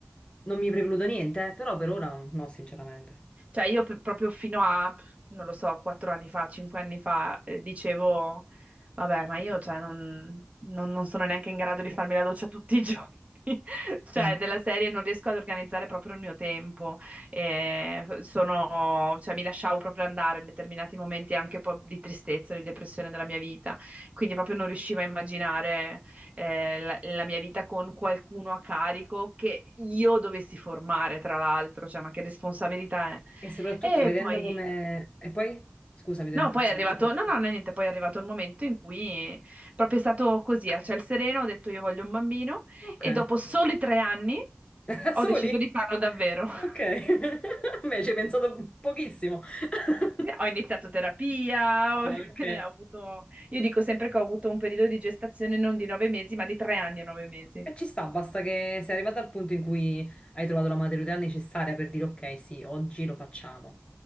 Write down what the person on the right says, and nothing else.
Cioè io per- proprio fino a, non lo so, quattro anni fa, cinque anni fa, eh, dicevo, vabbè, ma io cioè, non, non- non sono neanche in grado di farmi la doccia tutti i giorni. <laughs> Cioè,
della serie non riesco ad organizzare proprio il mio tempo. Eh, sono- cioè, mi lasciavo proprio andare in determinati momenti anche un po' di tristezza, di depressione della mia vita. Quindi proprio non riuscivo a immaginare eh, la, la mia vita con qualcuno a carico che io dovessi formare, tra l'altro, cioè, ma che responsabilità è?
E
poi,
no,
poi è arrivato, no, no, no, niente, poi è arrivato il momento in cui proprio è stato così, a ciel sereno, ho detto io voglio un bambino
e dopo soli tre anni
ho
deciso di farlo davvero. <laughs>
Ho iniziato terapia, ho,
<laughs> ho avuto, io dico sempre che ho avuto un periodo di gestazione non di nove mesi, ma di tre anni e nove mesi.